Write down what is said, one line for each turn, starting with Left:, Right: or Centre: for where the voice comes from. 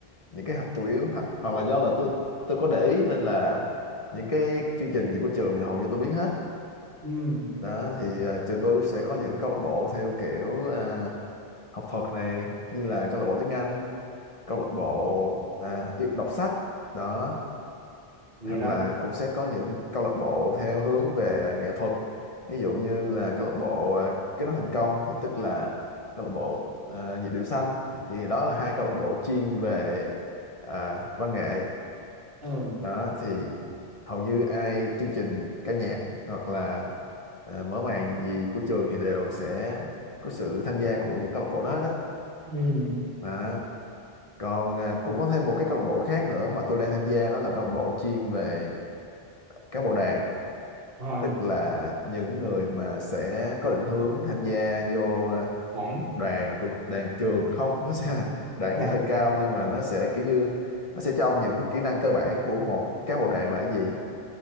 Left: những cái hạt- chủ yếu ho- hoặc là do là tôi tôi có để ý nên là những cái chương trình gì của trường thì hầu như tôi biết hết
Right: ừ.
Left: đó Ừ. thì ờ, trường tôi sẽ có những câu lạc bộ theo kiểu à, học thuật này như là câu lạc bộ tiếng Anh câu lạc bộ à, yêu- đọc sách đó
Right: vậy
Left: hoặc
Right: là
Left: là cũng sẽ có những câu lạc bộ theo hướng về à, nghệ thuật ví dụ như là câu lạc bộ à, Kết nối thành công thì tức là câu lạc bộ à, nhịp điệu xanh thì đó là hai câu lạc bộ chuyên về à, văn nghệ
Right: ừ.
Left: đó thì hầu như ai chương trình ca nhạc hoặc là à, mở màn gì của trường thì đều sẽ có sự tham gia của những câu lạc bộ đó hết á
Right: ừ.
Left: Đó. còn à, cũng có thêm một cái câu lạc bộ khác nữa mà tôi đang tham gia đó là câu lạc bộ chuyên về cán bộ đoàn
Right: À,
Left: tức là những người mà sẽ có định hướng tham gia vô à,
Right: khoảng
Left: đoàn của đoàn trường không nó sẽ <laughs> đoàn
Right: chắc
Left: thì hơi cao nhưng mà nó sẽ kiểu như nó sẽ cho ông những kỹ năng cơ bản của một cán bộ đoàn là cái gì